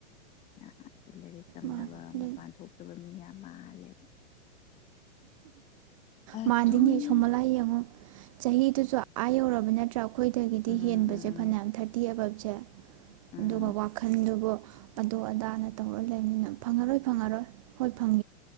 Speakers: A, on the left; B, on the right.
A: ꯌꯥꯗꯦ ꯂꯥꯏꯔꯤꯛ ꯇꯝꯗꯕ
B: ꯃꯥꯅꯤ
A: ꯃꯄꯥꯟ ꯊꯣꯛꯇꯕ ꯃꯤꯅ ꯃꯥꯜꯂꯦꯕ ꯑꯗꯨꯅꯤ
B: ꯃꯥꯟꯗꯤꯅꯦ ꯁꯣꯃꯂꯥ ꯌꯦꯡꯉꯣ ꯆꯍꯤꯗꯨꯁꯨ ꯑꯥ ꯌꯧꯔꯕ ꯅꯠꯇ꯭ꯔꯥ ꯑꯩꯈꯣꯏꯗꯒꯤꯗꯤ
A: ꯎꯝ
B: ꯍꯦꯟꯕꯁꯦ
A: ꯎꯝ ꯎꯝ
B: ꯐꯅꯌꯥꯝ ꯊꯥꯔꯇꯤ ꯑꯐ ꯁꯦ
A: ꯎꯝ
B: ꯑꯗꯨꯒ ꯋꯥꯈꯜꯗꯨꯕꯨ ꯑꯗꯨꯣ ꯑꯗꯥꯅ ꯇꯧꯔ ꯂꯩꯕꯅꯤꯅ ꯐꯪꯉꯔꯣꯏ ꯐꯪꯉꯔꯣꯏ ꯍꯣꯏ ꯐꯪ